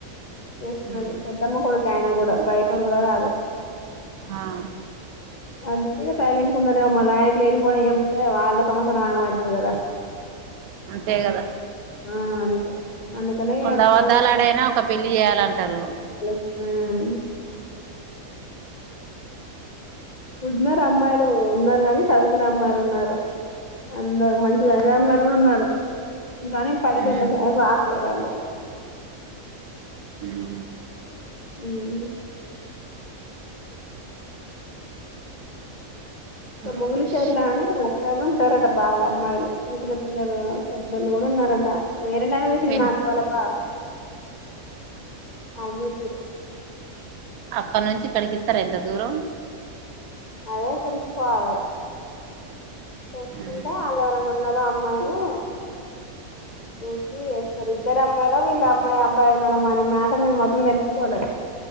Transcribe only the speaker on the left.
చేస్తున్నది
పెద్దమ్మ కొడుకి ఆయన కూడా బయటోడు కూడా కాదు
అదికేగా సైలెంట్ కున్నార అ మలయన లేనిపోనివి చెప్తే వాళ్ళ సంసారం ఆగం అయితది కదా
ఆ అంతే అందుకనే
ఫోన్ ఎక్కువ
హ్మ్మ్ ఉన్నరు అమ్మాయిలు ఉన్నరు కానీ చదుకునే అమ్మాయిలు ఉన్నరు అందరు మంచిగా సదివే అమ్మాయిలు గూడ ఉన్నరు గగనీం పల్లెటలో
స రాలేాలి <unintelligible>
ఉమ్
మొగిలిచర్ లనే స ఉంటారంట బాగా అమ్మాయిలు చిన్న చిన్న పిల్లలు పెదోళ్లు గూడ ఉన్నారంట వేరేంటైనా చూసిండు
మా అక్క వాళ్ల బావ అల్లెసిర్రు
అదే తెలుసుకోవాలె తెల్సుకుంటే
అల్లు ఎవరన్న ఉన్నారో ఆ మ్మాయిలే చూసి ఎస్తా ఇద్దరు అమ్మాయిల విల్ల అమ్మాయి అబ్బాయి ఉన్నారా మాటర్ మొత్తం తెలుసుకోలే